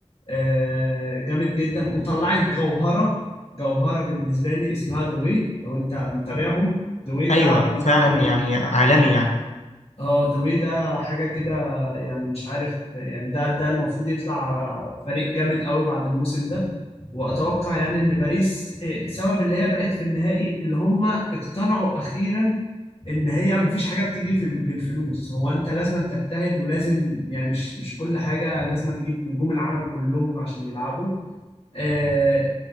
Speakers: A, on the left (about 60°); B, on the left (about 75°).
A: آه، جامد جدا وطلعت جوهرة جوهرة بالنسبة لي اسمها دوي لو انت متابعهم دوي ده
B: ايوه
A: بالنسبة
B: فعلا
A: لي
B: يعني عالمي يعني
A: اه دوي ده حاجة كده يعني مش عارف يعني ده ده المفروض يطلع فريق جامد قوي بعد الموسم ده واتوقع يعني ان باريس آه، سبب اللي هي بقت في النهائي اللي هم اقتنعوا اخيرا ان هي ما فيش حاجه بتيجي في- بالفلوس هو انت لازم تجتهد ولازم يعني مش مش كل حاجه لازم تجيب نجوم العالم كلهم عشان يلعبوا آه،